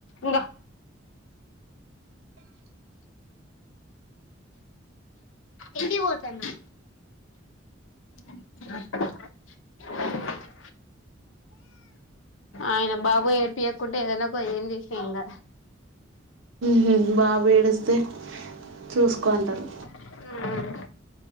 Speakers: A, on the left; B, on the right.
A: ఉంగో ఇంటికి పోతన్నా <unintelligible> ఆయన బాబు ఏడిపియకుంటే ఏదైనొక ఏం చేసిన ఎంగదు
B: హూ బాబు ఏడిస్తే చూసుకొంటరు
A: కాదు